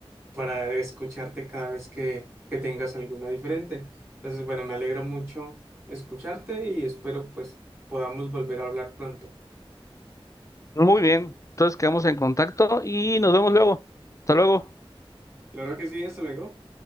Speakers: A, on the right; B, on the left.
A: para escucharte cada vez que, que tengas alguna diferente. Entonces, bueno, me alegra mucho escucharte y espero pues podamos volver a hablar pronto.
B: Muy bien, entonces quedamos en contacto y nos vemos luego. Hasta luego.
A: Claro que sí, hasta luego.